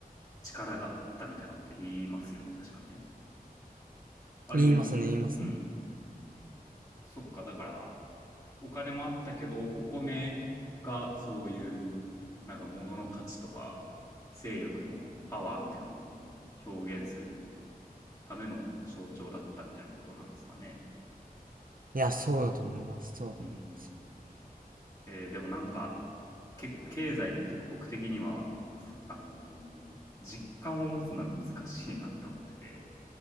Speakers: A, on the left; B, on the right.
A: 力があったみたいなこと言いますよね。確かね。あれ言いませんっけうん。
B: 言いますね、言いますね。
A: そっか、だからお金もあったけど、お米がそういう、なんか物の価値とか、勢力のパワーみたいなのを表現するための象徴だったみたいなことなんですかね。
B: いや、そうだと思います。そうだと思います。
A: うん。えーでもなんか、結構経済って僕的には、あのー実感を持つのが難しいなって思ってて、